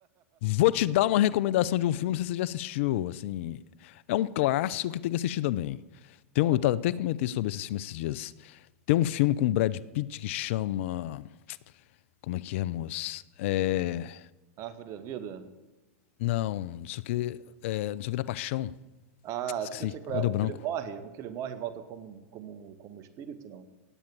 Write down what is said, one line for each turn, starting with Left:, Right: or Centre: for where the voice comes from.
Left: Vou te dar uma recomendação de um filme, não sei se você já assistiu, assim. É um clássico que tem que assistir também. Tem
Right: Fala,
Left: um, eu ta- até comentei sobre esse filme esses dias. Tem um filme com o Brad Pitt que chama... Como é que é, moço? É...
Right: Árvore da Vida?
Left: Não, não sei o que... É, não sei o que da Paixão.
Right: Ah,
Left: Esqueci.
Right: acho que eu sei qual
Left: Ó,
Right: é.
Left: deu
Right: Um
Left: branco.
Right: que ele morre? Um que ele morre e volta como, como, como espírito, não?